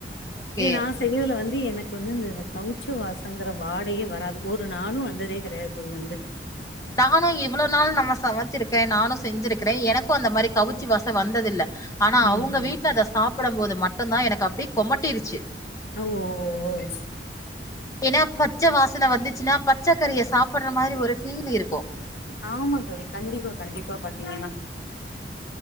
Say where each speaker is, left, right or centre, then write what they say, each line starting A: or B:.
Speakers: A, on the left; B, on the left.
A: ஓகே
B: ஏ நா செய்யதுல வந்து எனக்கு வந்து இந்தந்த கவுச்ச வாசங்கறது வாடையே வராது ஒரு ஒரு நாளு வந்ததே கெடையாது தோழி வந்து
A: நானு இவ்ளோ நாள் நம்ம சமைச்சிருக்கே நானு செஞ்சிருக்கிறே எனக்கு அந்த மாரி கவிச்சி வாச வந்ததில்ல ஆனா
B: ம்
A: அவுங்க வீட்ல அத சாப்படும் போது மட்டுந்தா எனக்கு அப்டியே கொமட்டிருச்சு
B: ஓ ஓ ஓச்
A: ஏன்னா பச்ச வாசனை வந்துச்சுன்னா பச்சைக்கரிய சாப்புற மாரி ஒரு ஃபீல் இருக்கு
B: ஆமா தோழி கண்டிப்பா கண்டிப்பா பாத்தீங்கன்னா